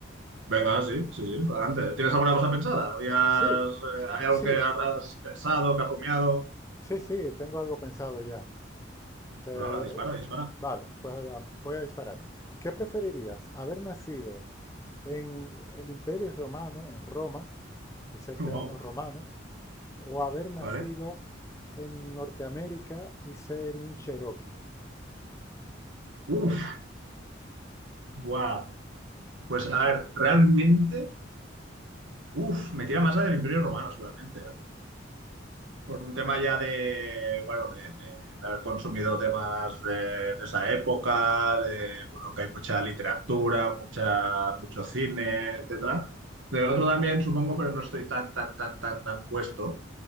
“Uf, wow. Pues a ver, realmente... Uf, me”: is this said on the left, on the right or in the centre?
Right